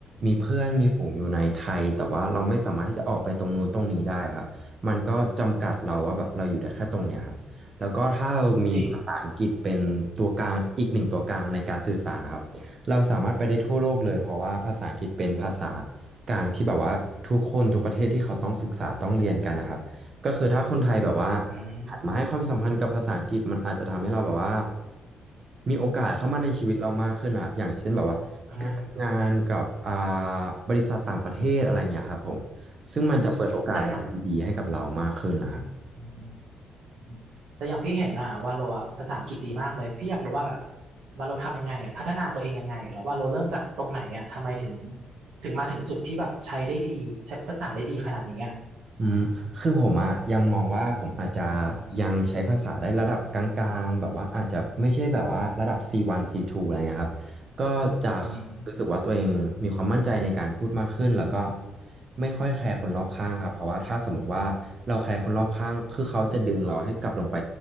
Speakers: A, on the right; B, on the right.
A: มีเพื่อนมีฝูงอยู่ในไทยแต่ว่าเราไม่สามารถที่จะออกไปตรงนู้นตรงนี้ได้ครับมันก็จำกัดเราว่าแบบเราอยู่ได้แค่ตรงเนี้ยครับแล้วก็ถ้าเรามีภาษาอังกฤษเป็นตัวกลางอีกหนึ่งตัวกลางในการสื่อสารนะครับ
B: จริง
A: เราสามารถไปได้ทั่วโลกเลยเพราะว่าภาษาอังกฤษเป็นภาษากลางที่แบบว่าทุกคนทุกประเทศที่เขาต้องศึกษาต้องเรียนกันนะครับก็คือถ้าคนไทยแบบว่า
B: อืม
A: หันมาให้ความสำคัญกับภาษาอังกฤษมันอาจจะทำให้เราแบบว่ามีโอกาสเข้ามาในชีวิตเรามากขึ้นนะครับอย่างเช่นแบบว่าการทำงานกับอ่า
B: อ่า
A: บริษัทต่างประเทศอะไรเงี้ยครับผมซึ่งมันจะเปิดโอกาสดีๆให้กับเรามากขึ้นนะครับ
B: อืมแต่อย่างอืม อืมแต่อย่างพี่เห็นอ่ะวาโลอะภาษาอังกฤษดีมากเลยพี่อยากรู้ว่าแบบวาโลทำยังไงอ่ะพัฒนาตัวเองยังไงอ่ะแล้ววาโลเริ่มจากตรงไหนอ่ะทำไมถึงถึงมาถึงจุดที่แบบใช้ได้ดีใช้ภาษาได้ดีขนาดนี้อ่ะ
A: อืมคือผมอะยังมองว่าผมอาจจะยังใช้ภาษาได้ระดับกลางๆแบบว่าอาจจะไม่ใช่แบบว่าระดับ C1 C2 อะไรเงี้ยครับก็จะ
B: อืม
A: รู้สึกว่าตัวเองมีความมั่นใจในการพูดมากขึ้นแล้วก็ไม่ค่อยแคร์คนรอบข้างครับเพราะว่าถ้าสมมติว่าเราแคร์คนรอบข้างคือเขาจะดึงเราให้กลับลงไป